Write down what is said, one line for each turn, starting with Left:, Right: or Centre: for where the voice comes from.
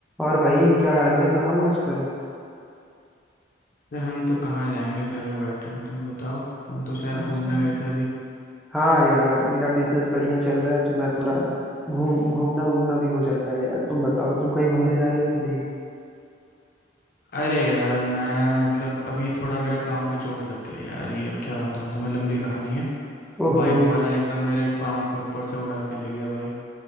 Centre: और भाई क्या हाल है कहाँ हो आजकल
Left: अरे हम तो कहाँ जाएंगे घर में बैठे हैं तुम बताओ तुम तो शायद
Centre: अच्छा
Left: घूमने गए थे अभी
Centre: हाँ यार मेरा बिजनेस बढ़िया चल रहा है तो मैं थोड़ा घूम घूमना वूमना भी हो जाता है यार तुम बताओ तुम कहीं घूमने जा रहे हो कि नहीं
Left: अरे यार मैं मतलब अभी थोड़ा मेरे पाँव पे चोट लग गई यार ये अब क्या बताऊँ तुम्हें लंबी कहानी है
Centre: ओहो
Left: बाइक वाला एकदम मेरे पाँव के ऊपर से उड़ा के ले गया बाइक